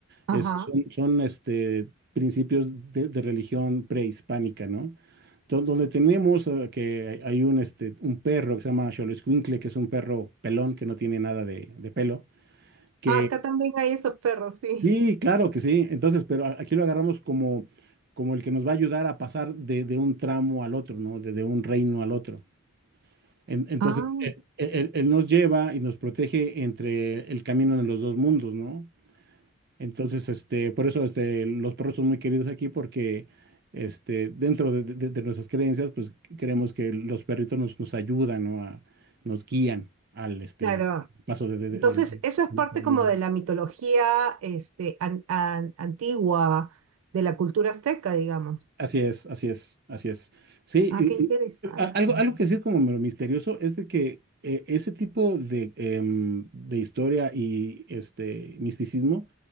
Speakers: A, on the right; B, on the right.
A: ajá.
B: Es- son, son, este, principios de, de religión prehispánica, ¿no? Do- Donde tenemos eh, que hay hay un, este, un perro que se llama Xoloitzcuintle, que es un perro pelón que no tiene nada de, de pelo, que
A: Ah, acá también hay esos perros, sí.
B: sí, claro que sí. Entonces, pero a- aquí lo agarramos como, como el que nos va a ayudar a pasar de, de un tramo al otro, ¿no? De, de un reino al otro. En- entonces,
A: Ah,
B: él, él- él nos lleva y nos protege entre el camino de los dos mundos, ¿no? Entonces, este, por eso este, los perros son muy queridos aquí porque este, dentro de, de- de nuestras creencias, pues creemos que los perritos nos, nos ayudan, ¿no? A- nos guían al este,
A: Claro.
B: paso de, de-
A: Entonces,
B: de- del del
A: eso es
B: inframundo.
A: parte como de la mitología, este, an- an- antigua, de la cultura azteca, digamos.
B: Así es, así es, así es. Sí,
A: Ah,
B: y-
A: qué interesante.
B: y, a- algo, algo que sí es como medio misterioso es de que eh, ese tipo de, em, de historia y este misticismo